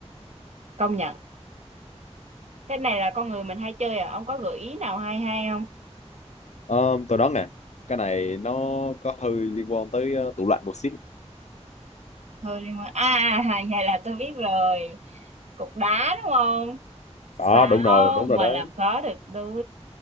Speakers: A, on the right (about 75°); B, on the left (about 90°).
A: công nhận cái này là con người mình hay chơi à ông có gợi ý nào hay hay không
B: Ờ, tôi đoán nè cái này nó có hơi liên quan tới ờ, tủ lạnh một xíu
A: hơi liên quan à à, à, vậy là tôi biết rồi cục đá đúng không sao
B: đó đúng rồi đúng rồi
A: mà
B: đó
A: làm khó được tôi